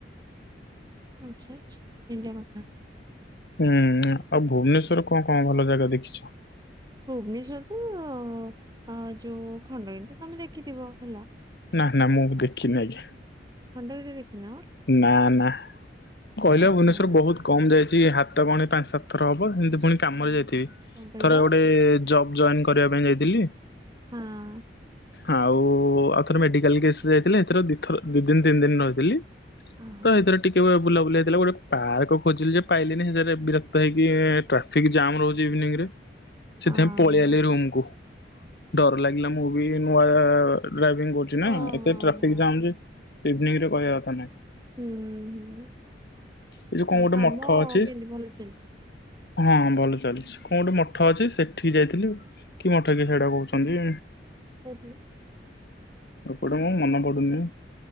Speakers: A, on the right (about 20°); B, on the left (about 55°).
A: ଆଚ୍ଛା ଆଞା ଏମିତିଆ କଥା
B: ହୁଁ ଆଉ ଭୁବନେଶ୍ଵରରେ କଣ କଣ ଭଲ ଯାଗା ଦେଖିଛ
A: ଭୁବନେଶ୍ଵରରେ ତ ଯୋଉ ଖଣ୍ଡଗିରି ତ ତମେ ଦେଖିଥିବ ହେଲା
B: ନା ନା ମୁଁ ବି ଦେଖିନି ଆଜ୍ଞା
A: ଖଣ୍ଡଗିରି ଦେଖିନ?
B: ନା ନା କହିଲ
A: ଆଚ୍ଛା
B: ଭୁବନେଶ୍ଵର ବହୁତ କମ୍ ଯାଇଛି ହାତ ଗଣତି ପାଞ୍ଚ ସାତ ଥର ହବ ଏମତି ପୁଣି କାମରେ ଯାଇଥିବି
A: କଣ କହିଲ
B: ଥର ଗୋଟେ ଜବ୍ ଜଏନ୍ କରିବା ପାଇଁ ଯାଇଥିଲି
A: ହଁ
B: ଆଉ ଆଉ ଥର ମେଡିକାଲ କେସ୍ ରେ ଯାଇଥିଲେ ଏଥିରେ ଦିଇଥର ଦି ଦିନ ତିନି ଦିନ ରହିଥିଲି
A: ଓହୋ
B: ତ ଏଇଥିରେ ଟିକେ ବୁଲାବୁଲି ହେଇଥିଲା ଗୋଟେ ପାର୍କ ଖୋଜିଲି ଯେ ପାଇଲିନି ସେଥିରେ ବିରକ୍ତ ହେଇକି ଟ୍ରାଫିକ୍ ଜାମ୍ ରହୁଛି ଇଭିନିଂରେ ସେଥିପାଇଁ
A: ଓହୋ
B: ପଳେଇ ଆଇଲି ରୁମ୍ କୁୁ ଡର ଲାଗିଲା ମୁଁ ବି ନୂଆ ଡ୍ରାଇଭିଂ କରୁଛି
A: ହଁ
B: ନା ଏତେ
A: ହଁ
B: ଟ୍ରାଫିକ୍
A: ହଁ।
B: ଜାମ୍ ସେ ଇଭିନିଂ ରେ କହିବା କଥା ନାଇଁ
A: ହୁଁ ହୁଁ
B: ଏ ଯୋଉ କଣ
A: ଆ
B: ଗୋଟେ
A: କାମ
B: ମଠ ଅଛି
A: କେମିତି ଭଲ ଚାଲିଛି।
B: ହଁ ଭଲ ଚାଲିଛି କଣ ଗୋଟେ ମଠ ଅଛି ସେଠିକି ଯାଇଥିଲି। କି ମଠ କି ସେଇଟା କହୁଛନ୍ତି।
A: କଉଠୁ
B: ରପଟେ ମୁ ମନେପଡୁନି